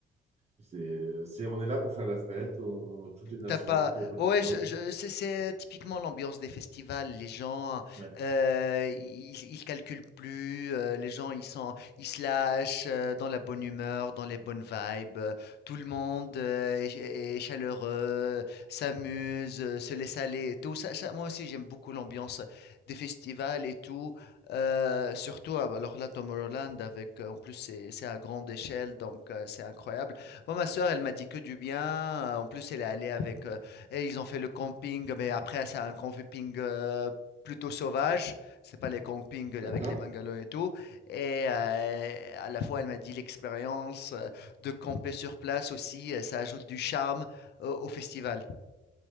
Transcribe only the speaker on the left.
T'as pas.
Ouais, je, je- c'est c'est typiquement l'ambiance des festivals. Les gens,
euh, ils, ils calculent plus. euh, les gens, ils sont, ils se lâchent euh, dans la bonne humeur, dans les bonnes vibes. euh, Tout le monde euh, est, est chaleureux, s'amuse, euh, se laisse aller et tout. Ça, ça, moi aussi, j'aime beaucoup l'ambiance des festivals et tout. Euh, surtout, ah, bah, alors là, Tomorrowland, avec, euh, en plus, c'est c'est à grande échelle, donc euh, c'est incroyable. Moi, ma sœur, elle m'a dit que du bien. Euh, En plus, elle est allée avec. euh, et ils ont fait le camping, mais après, c'est un camping euh, plutôt sauvage. C'est pas les campings avec
les bungalows et tout. Et euh, à la fois, elle m'a dit l'expérience euh, de camper sur place aussi, euh, ça ajoute du charme au, au festival.